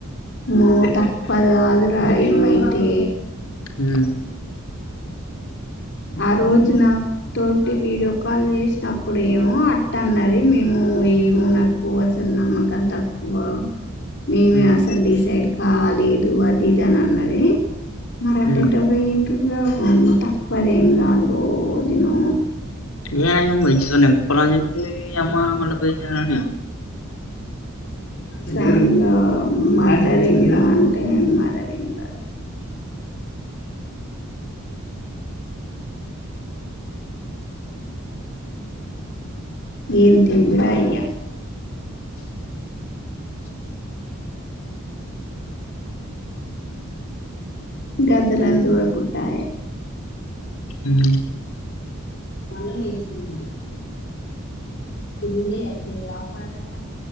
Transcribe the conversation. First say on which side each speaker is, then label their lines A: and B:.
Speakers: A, on the left; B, on the left.
A: ఆ తప్పదు గాదురా ఇమైతే
B: హ్మ్
A: ఆ రోజు నా తోటి వీడియో కాల్ చేసినప్పుడు ఏమో అట్ట అన్నది. మేము ఏమో నాకు అసలు నమ్మకం తక్కువ. మేమే
B: ఉమ్
A: అసలు డిసైడ్ కాలేదు అది ఇది అని అన్నది మరాట్టఅటెట్ట
B: ఉమ్
A: పోయింది హువుమ్ తా పదేండ్లు ఆగురో ఒదినో
B: న అయమ్మ ఎప్పు అమ్మ మళ్ళ పోయి నని
A: ప్రంగా మదర్ ఇన్ లా అంటే మదర్ ఇంలా ఏ తెందురా అయ్యా గదలన్స చూడ కుట్టాయ ఏ
B: హు
A: మళలు వేసిరు ఇదియితే మాచెతనే